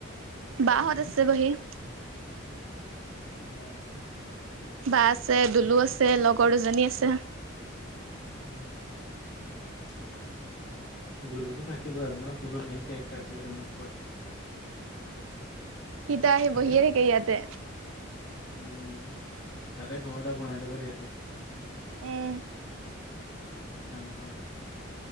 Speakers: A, on the right; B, on the left.
A: বা
B: উম
A: হত আছে বহি।
B: অ
A: বা আছে দুলু আছে লগৰ দুজনী আছে।
B: উম। দুলোতো থাকিব আৰু ন দুলো মেইন কেৰেক্টাৰ চাগে তোমালোকৰ।
A: সিটা আহি
B: হয়
A: বহিয়ে
B: না?
A: থাকে ইয়াতে।
B: উম তাতে ঘৰ এটা বনাই ল'ব দিয়া তাইক।
A: উম
B: চাংঘৰ এটা।